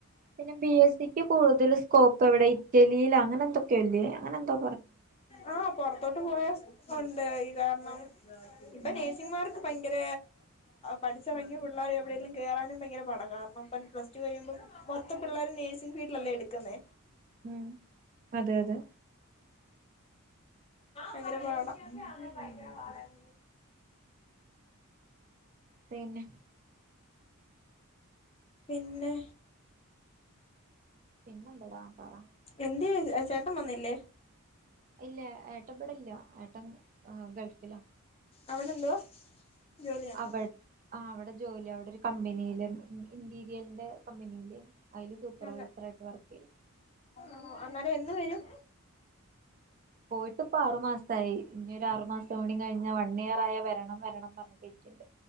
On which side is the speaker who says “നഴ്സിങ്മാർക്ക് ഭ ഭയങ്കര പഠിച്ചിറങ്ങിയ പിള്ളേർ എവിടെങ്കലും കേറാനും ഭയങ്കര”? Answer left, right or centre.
Left